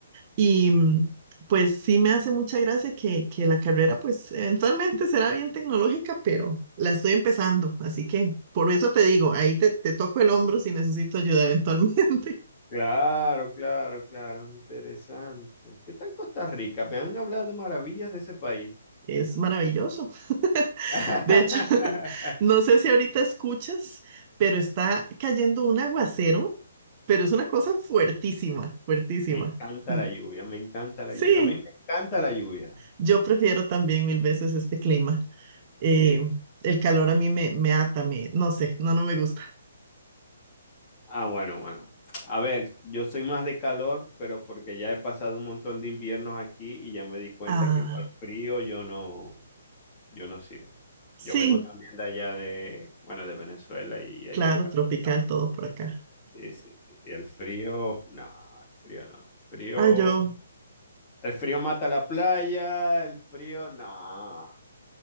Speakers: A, on the right; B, on the left.
A: Y
B: Ah,
A: mm, pues sí me hace mucha gracia que, que la carrera pues eventualmente será bien tecnológica, pero la estoy empezando, así que por eso te digo, ahí te, te toco el hombro si necesito ayuda eventualmente. <laughs>
B: Claro, claro, claro, interesante. ¿Qué tal Costa Rica? Me han hablado maravillas de ese país.
A: Es maravilloso. <laughs>
B: <laughs>
A: De hecho, <laughs> no sé si ahorita escuchas, pero está cayendo un aguacero, pero es una cosa fuertísima, fuertísima.
B: Me encanta
A: Mm,
B: la lluvia, me encanta la
A: Sí,
B: lluvia. A mí me encanta la lluvia.
A: Yo prefiero también mil veces este clima. Eh,
B: Sí.
A: el
B: sí,
A: calor
B: sí.
A: a mí me, me ata, me, no sé, no, no me gusta.
B: Ah, bueno, bueno. A ver, yo soy más de calor, pero porque ya he pasado un montón de inviernos aquí y ya me di cuenta
A: Ah,
B: que para el frío yo no, yo no sirvo.
A: sí,
B: Yo vengo también de allá de, bueno, de Venezuela y allá
A: claro,
B: es calor
A: tropical
B: también.
A: todo por acá.
B: Sí, sí, sí. sí. El frío, no, el frío no. El frío,
A: Ah, yo,
B: el frío mata la playa, el frío, no,